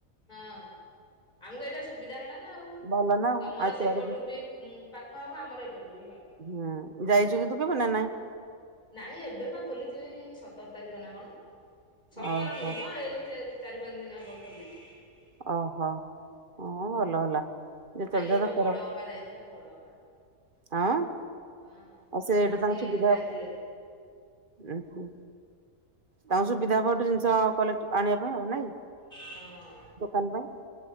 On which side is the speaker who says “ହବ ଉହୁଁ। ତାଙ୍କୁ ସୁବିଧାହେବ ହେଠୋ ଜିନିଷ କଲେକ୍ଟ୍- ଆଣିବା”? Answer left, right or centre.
Right